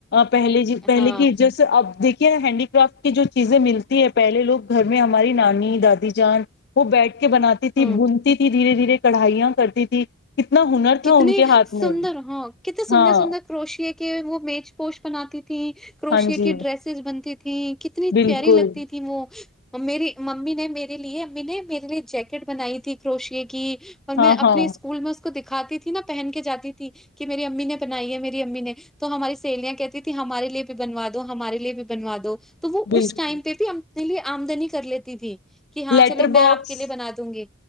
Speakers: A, on the left; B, in the centre.
A: پہل پہلے
B: ہاں
A: کی جیس اب دیک ہینڈی کررافٹ کی جو چیزیں ملتی ہے پہل لوگ گھر میں ہماری نانی دادی جان وہ بیٹھ بناتی تھی
B: ہ
A: بھنتی تھی دھیرے دھیرے کڑھائیاں کرتی تھی کتنا ہنر تھا
B: کتنی
A: ان کے ہاتھ
B: سندر
A: میں
B: ہاں کتنے سندر
A: ہاں
B: سندر کروشے کے وہ میز پوش بناتی تیں کروشیا
A: ہاں جی
B: کی ڈریسز بنتی تھیں کتنی
A: بالکل
B: پیاری لگتی تھیں وہ میری ممی نے میرے لیے امی نے میرے لیے جیکٹ بنائی تھی کروشے کی اور میں
A: ہاں ہاں
B: اپنے اسکول میں کو دکھاتی تھی نہا پہن کے جاتی تھی کہ میری امی نے بنائی ہے میری امی نے تو ہماری سہیلیاں کہتی تھی ہمارے لیے بھی بنوا دو ہمارے لیے بھی بنوا دو تو وہ
A: بالکل
B: اس ٹائم پہ بھی ہم اپنے لیے آمدنی کر لیتی تھی کہ ہاں
A: لیٹر
B: چلو میں
A: باکس
B: آپ کے لیے بنا دوں گی